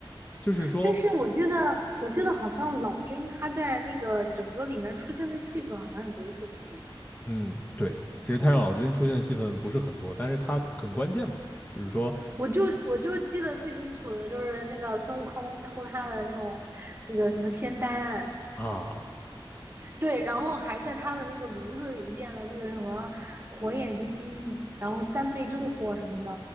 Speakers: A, on the left; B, on the right.
A: 就是说，
B: 但是我记得，我记得好像老君他在那个整个里面出现的戏份好像也不是特别多。
A: 嗯，对，其实太上老君出现的戏份不是很多，但是他很关键嘛，就是说
B: 我就我就记得最清楚的就是那个孙悟空偷他的那种那个什么仙丹，
A: 啊，
B: 对，然后还在他的那个炉子里练了那个什么火眼金睛，然后三昧真火什么的，